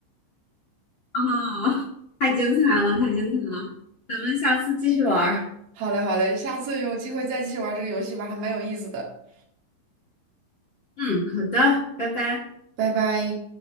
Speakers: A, on the left (about 30°); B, on the right (about 50°).
A: 啊，太精彩了，太精彩了，咱们下次继续玩儿
B: 好嘞，好嘞，下次有机会再继续玩这个游戏吧，还蛮有意思的，
A: 嗯，好的，拜拜。
B: 拜拜。